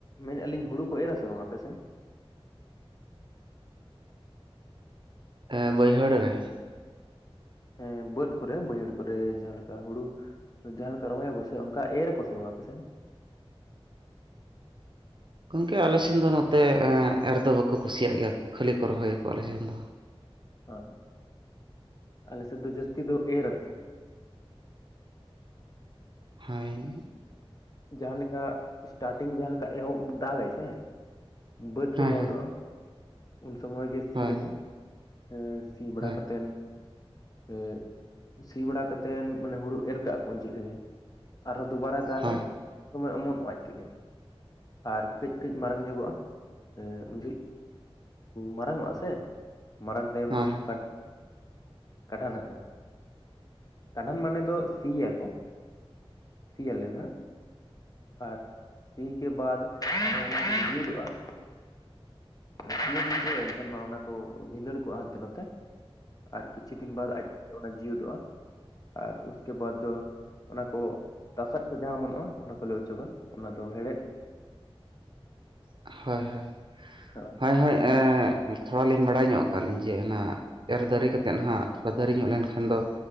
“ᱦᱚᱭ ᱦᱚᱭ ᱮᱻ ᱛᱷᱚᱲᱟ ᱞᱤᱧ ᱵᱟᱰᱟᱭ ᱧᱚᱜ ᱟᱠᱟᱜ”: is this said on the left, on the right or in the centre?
Right